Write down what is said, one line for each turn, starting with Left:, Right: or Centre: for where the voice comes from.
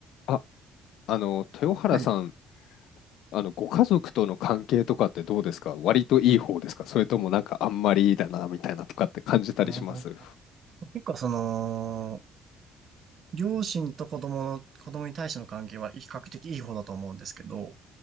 Left: あ、あの、豊原さん、
Right: はい。
Left: あの、ご家族との関係とかってどうですか割といい方ですかそれともなんかあんまりいいだな、みたいなとかって感じたりします
Right: あの、結構その、両親と子供の、子供に対しての関係は比較的いい方だと思うんですけど、